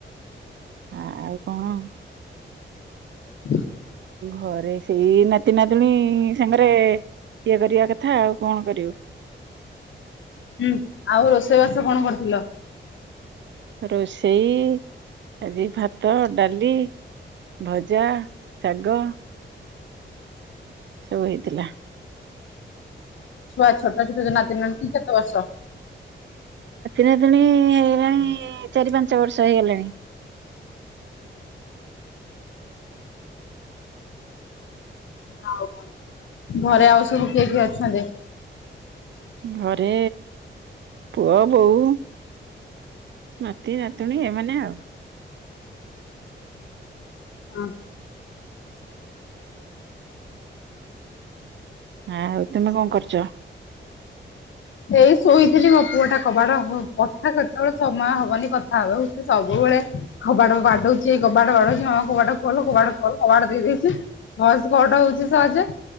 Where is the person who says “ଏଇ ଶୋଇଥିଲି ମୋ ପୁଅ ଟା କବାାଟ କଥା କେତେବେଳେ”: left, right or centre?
Left